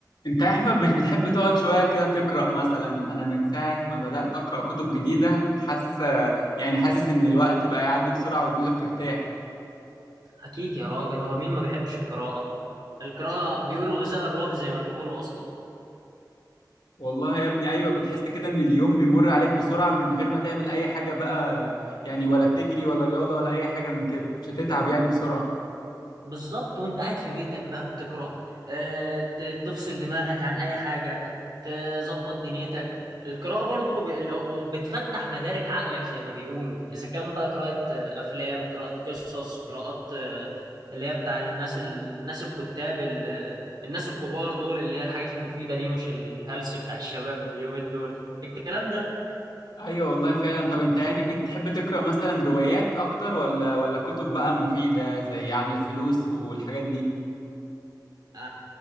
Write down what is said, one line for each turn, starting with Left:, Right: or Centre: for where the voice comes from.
Left: انت يا احمد مش بتحب تقعد شويه كده تقرا مثلا انا من ساعه ما بدات اقرا كتب جديده حاسس يعني حاسس ان الوقت بقى يعدي بسرعه ودماغي بترتاح
Right: أكيد يا راجل هو مين ما بيحبش القراءة القراءة بيقولوا غذاء الروح زي ما بيقولوا أصلا
Left: والله يا ابني ايوه بتحس كده ان اليوم بيمر عليك بسرعه من غير ما تعمل اي حاجه بقى يعني ولا بتجري ولا رياضه ولا اي حاجه من كده مش هتتعب يعني بسرعه
Right: بالظبط وأنت قاعد في بيتك بقى بتقرأ آه، ت- تفصل دماغك عن أي حاجة تظبط دنيتك القراءة برضو ب- لو- بتفتح مدارك عقلك زي ما بيقولوا إذا كان بقى قراءة آه، أفلام قراءة قصص قراءات آه، اللي هي بتاع الناس الناس الكتاب ال- الناس الكبار دول اللي هي الحاجات المفيدة دي مش الهلس بتاع الشباب اليومين دول الكلام ده
Left: ايوه والله فعلا طب انت يعني بتحب تقرا مثلا روايات اكتر ولا ولا كتب بقى مفيده زي عن الفلوس والحاجات دي
Right: آه،